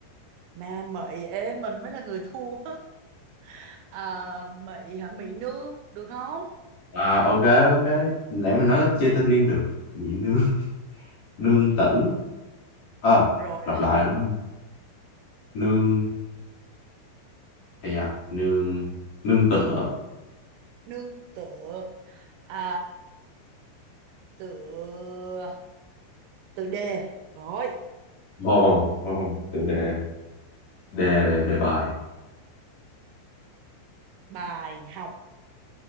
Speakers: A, on the right; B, on the left.
A: ma mị ê mình mới là người thua <laughs> à, mị hả mị nương được không
B: à ok ok lẽ mình nói ít chơi tên riêng được Mỹ nương nương tử ờ
A: rồi
B: lặp
A: đó
B: lại rồi đúng không nương ây da nương nương tựa
A: nương tựa à, tựa tựa đề rồi
B: ồ oh, tựa đề đề đề bài
A: bài học